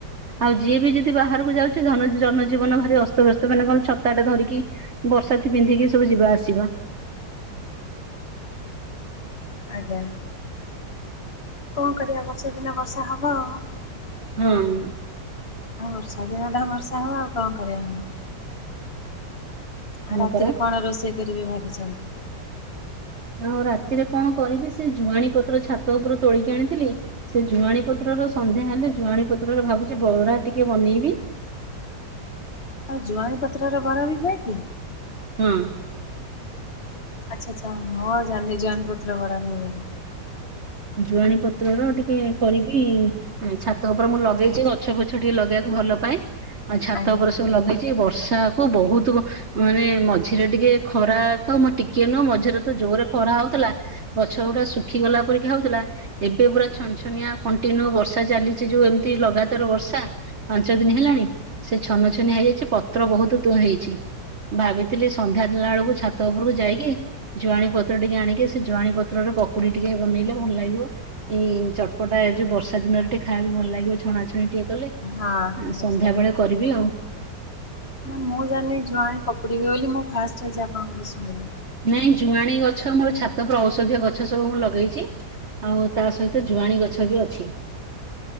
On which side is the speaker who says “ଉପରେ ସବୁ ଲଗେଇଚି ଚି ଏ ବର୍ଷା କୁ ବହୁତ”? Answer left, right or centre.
Right